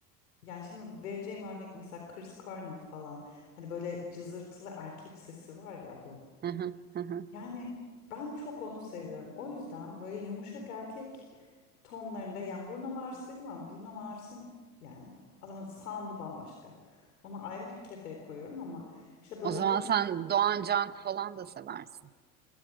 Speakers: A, on the left; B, on the right.
A: Yani şimdi vereceğim örnek mesela Chris Cornell falan. Hani böyle cızırtılı erkek sesi var ya bu.
B: Hı hı, hı hı.
A: Yani ben çok onu seviyorum. O yüzden böyle yumuşak erkek tonlarında yani Bruno Mars dedim ama Bruno Mars'ın yani adamın sound'u bambaşka. Onu ayrı bir kefeye koyuyorum ama işte böyle
B: O zaman
A: Woodkid'i
B: sen Doğan Canku falan da seversin.